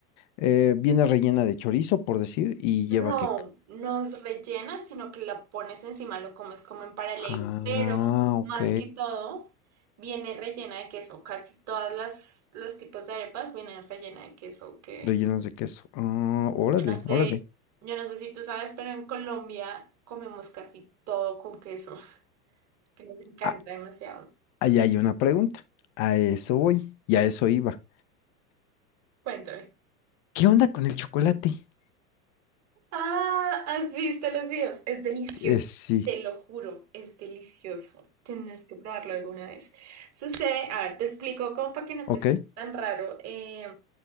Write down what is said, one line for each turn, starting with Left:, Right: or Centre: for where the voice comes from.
Left: eh, viene rellena de chorizo, por decir, y
Right: No,
Left: lleva que
Right: no es rellena, sino que la pones encima, lo comes como en paralelo.
Left: Ah,
Right: Pero más
Left: ok.
Right: que todo, viene rellena de queso. Casi todas las los tipos de arepas vienen rellena de queso, que
Left: Rellenos de queso. Ah, órale,
Right: Yo no sé,
Left: órale.
Right: yo no sé si tú sabes, pero en Colombia comemos casi todo con queso, <laughs> que nos encanta
Left: Ah,
Right: demasiado.
Left: ahí hay una pregunta. A eso voy. Y a eso iba.
Right: Cuéntame.
Left: ¿Qué onda con el chocolate?
Right: Ah, ¿has visto los videos? Es delicioso.
Left: Eh, sí.
Right: Te lo juro, es delicioso. Tienes que probarlo alguna vez. Sucede, a ver, te explico como para que no
Left: Ok.
Right: te esté tan raro. Eh,